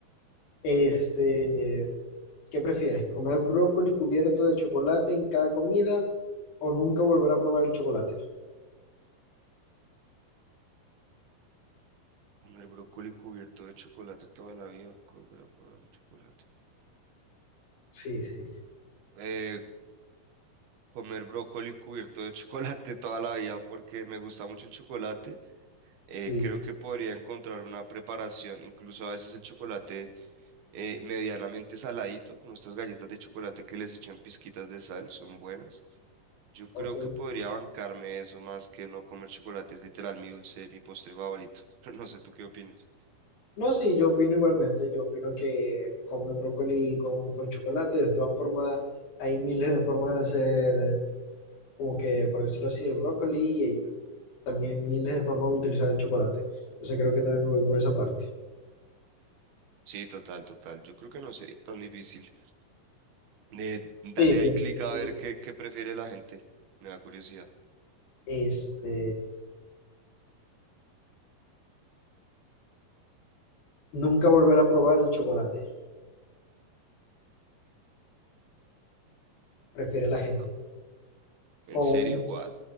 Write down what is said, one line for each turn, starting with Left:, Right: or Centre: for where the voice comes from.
Left: Este, ¿Qué prefieres? ¿Comer brócoli cubierto de chocolate en cada comida o nunca volver a probar el chocolate?
Right: Comer brócoli cubierto de chocolate toda la vida, nunca volver a probar el chocolate.
Left: Sí, sí,
Right: Eh, comer brócoli cubierto de <laughs> chocolate toda la vida porque me gusta mucho el chocolate eh,
Left: sí,
Right: creo que podría encontrar una preparación, incluso a veces el chocolate eh, medianamente saladito, como estas galletas de chocolate que les echan pizquitas de sal, son buenas. Yo creo
Left: ok,
Right: que podría
Left: sí, sí.
Right: bancarme eso más que no comer chocolate, es literal mi dulce, mi postre favorito. <laughs> No sé tú qué opinas.
Left: No, sí, yo opino igualmente, yo opino que comer brócoli con, con chocolate, de todas formas, hay miles de formas de hacer, como que, por decirlo así, el brócoli y hay también miles de formas de utilizar el chocolate. Entonces creo que también me voy por esa parte.
Right: Sí, total, total. Yo creo que no sería tan difícil. Eh,
Left: Sí,
Right: dale
Left: sí,
Right: ahí clic
Left: yo
Right: a
Left: también.
Right: ver qué, qué prefiere la gente. Me da curiosidad.
Left: Este, nunca volver a probar el chocolate, prefiere la gente.
Right: Co- ¿En
Left: Con
Right: serio? What?